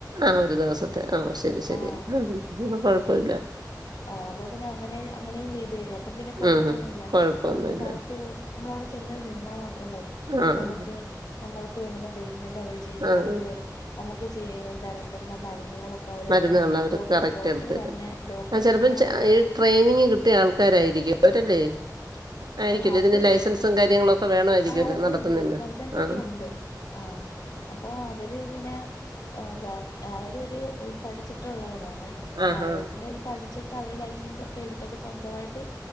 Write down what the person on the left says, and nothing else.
ആഹ്
ആ അപ്പൊ പിന്നെ അങ്ങനെ അങ്ങനെയും ചെയ്തു തരും അപ്പൊ പിന്നെ കൊഴപ്പൊന്നൂല്ല
നമുക്ക് കറക്റ്റ്. നമ്മള അവിടെ ചെന്ന് നിന്നാ മാത്രം മതി
നമുക്ക് നമ്മൾക്ക് വേണ്ടുന്ന ട്രീറ്റ്മെന്റ് അവര് ചെയ്യും
നമുക്ക്, നമുക്ക് ചെയ്യേ തരേണ്ടുന്ന മരുന്നുകളൊ അവര്തന്നെ
ഡോ,
ഡോക്ടർ
തന്നെ
ഡോക്ടർ
തന്നെ,
അവിടെ
ആഹ് അത്
ആഹ് ഉണ്ട്
ഉണ്ട് ലൈസൻസ് ഒക്കെ
ഉണ്ട് ആഹ് ആം ഓ അവരിങ്ങനെ എന്താ അവരൊരു പഠിച്ചിട്ടുള്ള വരാന്നെ.
ആയുർവേദത്തിന്റെ
ഇത് പഠിച്ചിട്ട് അവര് ലൈസൻസ് ഒക്കെ എടുത്തിട്ട് സ്വന്തമായിട്ട്.